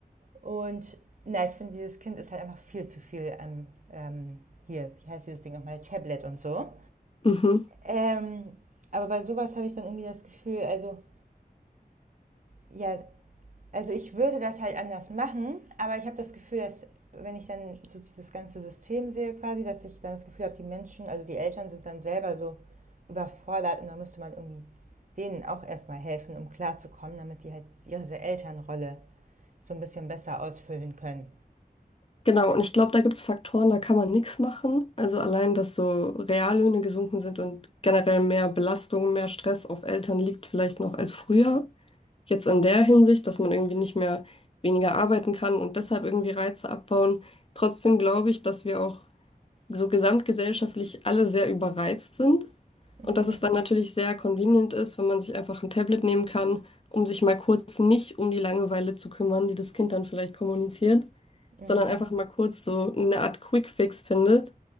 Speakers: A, on the right; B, on the left.
A: Und na, ich finde, dieses Kind ist halt einfach viel zu viel am, ähm, hier, wie heißt dieses Ding nochmal, Tablet und so.
B: Mhm.
A: Ähm, aber bei sowas habe ich dann irgendwie das Gefühl, also ja, Also ich würde das halt anders machen, aber ich habe das Gefühl, dass wenn ich dann so dieses ganze System sehe quasi, dass ich dann das Gefühl habe, die Menschen, also die Eltern sind dann selber so überfordert und da müsste man irgendwie denen auch erstmal helfen, um klarzukommen, damit die halt ihre Elternrolle so ein bisschen besser ausfüllen können.
B: Genau, und ich glaube, da gibt es Faktoren, da kann man nichts machen. Also allein, dass so Reallöhne gesunken sind und generell mehr Belastung, mehr Stress auf Eltern liegt vielleicht noch als früher. Jetzt in der Hinsicht, dass man irgendwie nicht mehr weniger arbeiten kann und deshalb irgendwie Reize abbauen. Trotzdem glaube ich, dass wir auch so gesamtgesellschaftlich alle sehr überreizt sind. Und
A: Mhm.
B: dass es dann natürlich sehr convenient ist, wenn man sich einfach ein Tablet nehmen kann, um sich mal kurz nicht um die Langeweile zu kümmern, die das Kind dann vielleicht kommuniziert,
A: Mhm.
B: sondern einfach mal kurz so eine Art Quick-Fix findet,